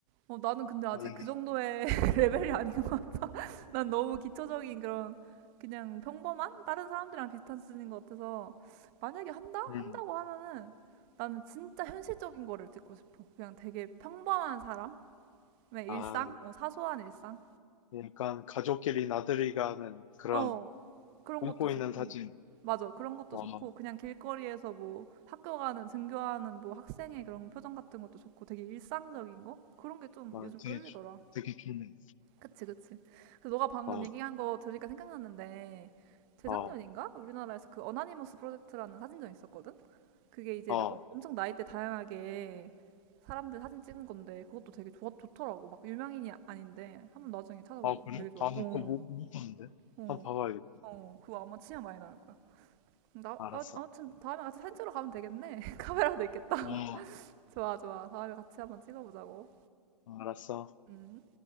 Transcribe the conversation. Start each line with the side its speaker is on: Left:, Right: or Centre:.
Right: 어, 나는 근데 아직
Left: 만약에
Right: 그 정도의 <laughs> 레벨이 아닌 것 같아. <laughs> 난 너무 기초적인 그런 그냥 평범한 다른 사람들이랑 비슷한 수준인 것 같아서 만약에 한다?
Left: 음.
Right: 한다고 하면은 나는 진짜 현실적인 거를 찍고 싶어. 그냥 되게 평범한 사람의 일상?
Left: 아,
Right: 어, 사소한 일상?
Left: 약간 가족끼리 나들이 가는 그런
Right: 어, 그런
Left: 꿈꾸
Right: 것도 좋고.
Left: 있는 사진.
Right: 맞아. 그런 것도
Left: 어,
Right: 좋고
Left: 어,
Right: 그냥 길거리에서 뭐 학교 가는 등교하는 뭐 학생의 그런 표정 같은 것도 좋고 되게 일상적인 거? 그런 게 좀
Left: 어,
Right: 요즘
Left: 되게,
Right: 끌리더라.
Left: 좋- 되게 좋네.
Right: 그치, 그치. 그 너가 방금
Left: 어,
Right: 얘기한 거 들으니까 생각났는데, 재작년인가?
Left: 어,
Right: 우리나라에서 그 어나니머스 프로젝트라는 사진전 있었거든? 그게 이제
Left: 어, 어,
Right: 나- 어- 엄청 나이대 다양하게 사람들 사진 찍은 건데, 그것도 되게 좋아, 좋더라고. 막 유명인이 아- 아닌데, 한번 나중에 찾아봐봐.
Left: 아, 그래?
Right: 되게 좋아.
Left: 아,
Right: 어,
Left: 나 그거 못, 못 봤는데.
Right: 어,
Left: 한번 봐봐야겠다.
Right: 어. 그거 아마 치면 많이 나올 거야. 음, 나,
Left: 알았어.
Right: 아, 아무튼 다음에 같이 사진 찍으러 가면 되겠네. <laughs> 카메라도 있겠다. <laughs>
Left: 어,
Right: 좋아, 좋아. 다음에 같이 한번 찍어보자고.
Left: 알았어.
Right: 음.